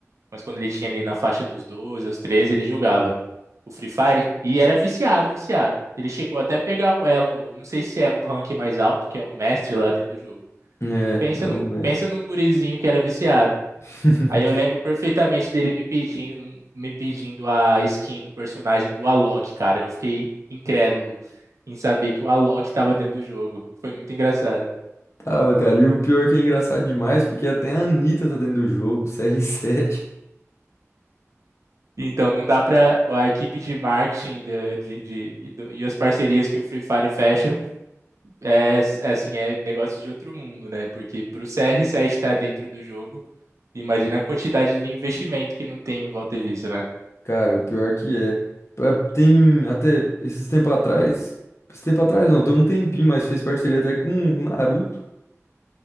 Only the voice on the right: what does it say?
Mas quando ele tinha ali na faixa dos 12, aos 13, ele jogava o Free Fire e era viciado, viciado. Ele chegou até a pegar o elo, não sei se é o rank mais alto, que é o mestre lá dentro do jogo.
Pensa
num,
pensa num gurizinho que era viciado.
Aí eu lembro perfeitamente dele me pedindo, me pedindo a skin do personagem do Alok, cara. Eu fiquei incrédulo em saber que o Alok estava dentro do jogo. Foi muito engraçado.
Então, não dá para a equipe de marketing de- de- de- e do- e as parcerias que o Free Fire fecha É, é, assim, é negócio de outro mundo, né? Porque para o CR7 estar dentro do jogo, imagina a quantidade de investimento que não tem em volta disso, né?